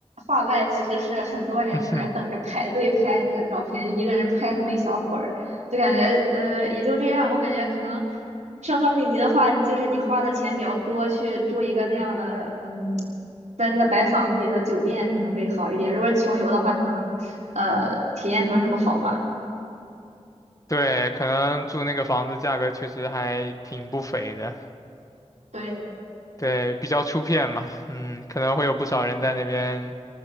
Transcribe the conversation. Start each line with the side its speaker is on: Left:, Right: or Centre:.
Right: 画外其实是很多人在那儿等着排队拍那个照片，
Left: <laughs>
Right: 就一个人拍那么一小会儿，就感觉，呃，也就这样。我感觉可能。圣托里尼的话，就是你花的钱比较多，去住一个那样的，嗯，在那个白房子里的酒店可能会好一点。如果是穷游的话，可能呃体验不是那么好吧。
Left: 对，可能住那个房子价格确实还挺不菲的。
Right: 对，
Left: 对，比较出片嘛，嗯，可能会有不少人在那边